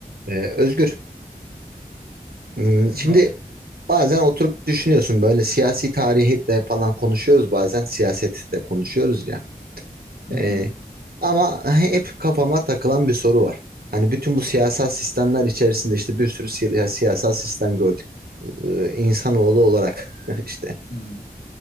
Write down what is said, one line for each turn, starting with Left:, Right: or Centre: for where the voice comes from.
Right: Ee, Özgür, m,
Left: Efendim
Right: şimdi
Left: abi.
Right: bazen oturup düşünüyorsun böyle siyasi tarihle falan konuşuyoruz bazen siyasetle konuşuyoruz ya.
Left: Hı
Right: Ee,
Left: hı.
Right: ama hep kafama takılan bir soru var. Hani bütün bu siyasal sistemler içerisinde işte bir sürü siya- siyasal sistem gördük. Ee, insanoğlu olarak <laughs> işte
Left: Hı hı.